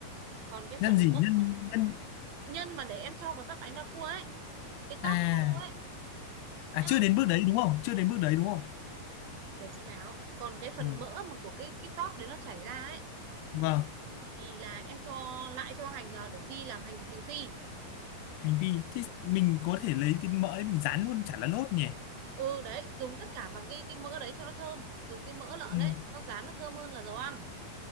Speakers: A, on the right; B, on the left.
A: còn cái phần
B: nhân gì
A: mỡ
B: nhân nhân
A: nhân mà để em cho vào bắp bánh đa cua ấy cái
B: à
A: tóp khô ấy
B: à
A: nhá
B: chưa đến bước đấy đúng không chưa đến bước đấy đúng không
A: để chị bảo còn cái phần
B: vâng
A: mỡ mà của cái cái tóp đấy nó chảy ra ấy
B: vâng
A: thì là em cho lại cho hành vào để phi làm hành hành phi
B: hành vi thế mình có thể lấy cái mỡ đấy mình rán luôn chả là lốt nhỉ
A: ừ đấy dùng tất cả bằng cái cái mỡ đấy cho nó thơm dùng cái mỡ lợn
B: ừ
A: đấy nó rán nó thơm hơn là dầu ăn